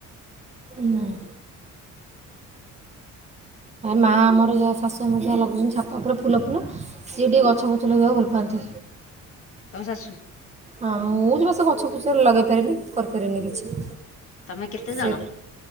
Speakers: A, on the right; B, on the left.
A: ନା ମାଆ ଆମର ଯାହା ଶାଶୁ ଆମ ଯାହା ଲଗଉଛନ୍ତି ଛାତ ଉପରେ ଫୁଲ ଫୁଲ ସିଏ ଟିକେ ଗଛ ଫ ଛ ଲଗେଇବାକୁ ଭଲ ପାଆନ୍ତି।
B: ତମ ଶାଶୁ
A: ହଁ ମୁଁ ଜମା ସେ ଗଛ ଫଛ ଲଗେଇ ପାରେନି କି କରିପାରେନି କିଛି।
B: ତମେ କେତେ
A: ସେ
B: ଜଣ?